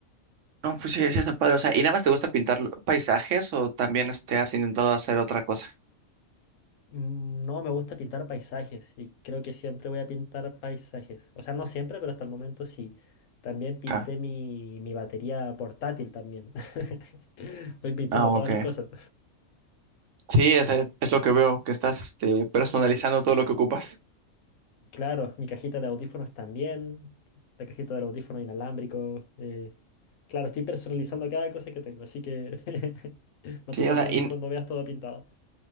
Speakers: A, on the right; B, on the left.
A: No, pues sí, sí está padre. O sea, ¿y nada más te gusta pintar lo- paisajes o también este, has intentado hacer otra cosa?
B: Mm, No, me gusta pintar paisajes y creo que siempre voy a pintar paisajes. O sea, no siempre, pero hasta el momento sí. También pinté
A: Ajá.
B: mi, mi batería portátil también. <laughs> Estoy pintando
A: Ah, ok.
B: todas mis cosas.
A: Sí, es, es es lo que veo, que estás este, personalizando todo lo que ocupas.
B: Claro, mi cajita de audífonos también, la cajita del audífono inalámbrico. eh, claro, estoy personalizando cada cosa que tengo, así que <laughs> no
A: Sí,
B: te sorprendas
A: o sea, ¿y,
B: cuando veas todo pintado.